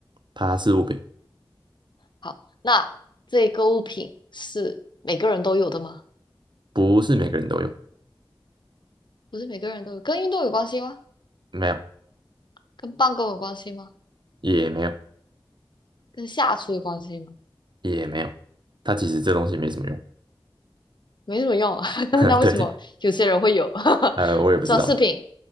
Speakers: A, on the right; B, on the left.
A: 它是物品，
B: 好，那这个物品是每个人都有的吗？
A: 不是每个人都有，
B: 不是每个人都有，跟运动有关系吗？
A: 没有，
B: 跟办公有关系吗？
A: 也没有，
B: 跟下厨有关系吗？
A: 也没有，它其实这东西没什么用。
B: 没什么用啊，<laughs>
A: <laughs>
B: 那为什么有些人会有？
A: 对，
B: <laughs>
A: 呃，我也不知道，
B: 装饰品，